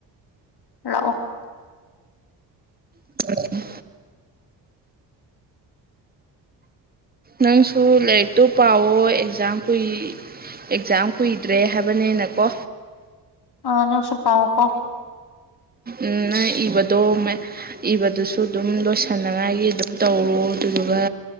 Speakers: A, on the left; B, on the right.
A: ꯂꯥꯛꯑꯣ
B: <inaudible> ꯅꯪꯁꯨ ꯂꯥꯏꯔꯤꯛꯇꯨ ꯄꯥꯋꯣ ꯑꯦꯛꯖꯥꯝ ꯀꯨꯏ ꯑꯦꯛꯖꯥꯝ ꯀꯨꯏꯗ꯭ꯔꯦ ꯍꯥꯏꯕꯅꯤꯅ ꯀꯣ
A: ꯑ ꯅꯪꯁꯨ ꯄꯥꯎꯀꯣ
B: ꯎꯝ ꯏꯕꯗꯣ ꯃ ꯏꯕꯗꯨꯁꯨ ꯑꯗꯨꯝ ꯂꯣꯏꯁꯤꯟꯅꯉꯥꯏꯒꯤ ꯑꯗꯨꯝ ꯇꯧꯔꯣ ꯑꯗꯨꯗꯨꯒ